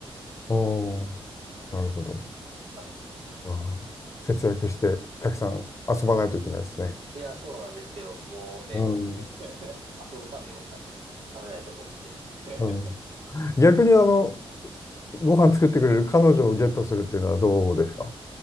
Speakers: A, on the left; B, on the right.
A: おー、なるほど。
B: はい。
A: あー、節約してたくさん遊ばないといけないですね。
B: いや、そうなんですよ。もうね、
A: うん。
B: <laughs> 遊ぶためにお金貯めないとと思って。<laughs>
A: うん。逆にあの、ご飯作ってくれる彼女をゲットするっていうのはどうですか